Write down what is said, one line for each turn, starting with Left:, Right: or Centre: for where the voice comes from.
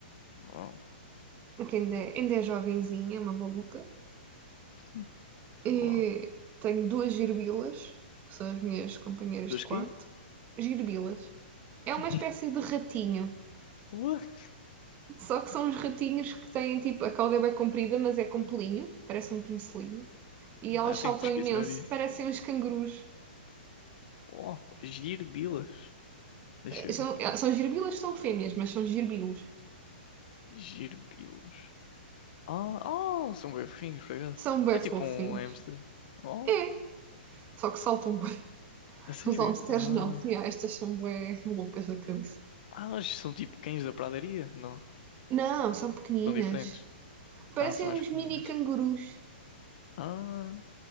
Left: Uau.
Right: que ainda é, ainda é jovenzinha, é uma maluca.
Left: Hum,
Right: E
Left: Uau.
Right: tenho duas girbilas, que são as minhas companheiras
Left: Dos
Right: de quarto.
Left: quê?
Right: Girbilas. É
Left: Que?
Right: uma espécie de ratinho.
Left: What?
Right: Só que são uns ratinhos que têm tipo, a cauda é bem comprida, mas é com pelinho, parece um pincelinho. E
Left: Não,
Right: elas
Left: eu
Right: saltam
Left: tenho que
Right: imenso,
Left: pesquisar isso.
Right: parecem uns cangurus.
Left: Oh, girbilas. Deixa eu
Right: São,
Left: ver.
Right: são girbilas, são fêmeas, mas são girbilos.
Left: Girbilos. Ah, oh, são bem fofinhos, por acaso.
Right: São bué
Left: É tipo
Right: fofinhos.
Left: um hamster. Oh,
Right: É, só que saltam bué.
Left: a sério?
Right: Os hamsters
Left: Ah,
Right: não. Ya, estas são bué loucas da cabeça.
Left: ah, mas são tipo cães da pradaria? Não,
Right: Não, são pequeninas.
Left: são diferentes.
Right: Parecem
Left: Ah, são mais
Right: uns
Left: pequeninas.
Right: mini cangurus.
Left: Ah,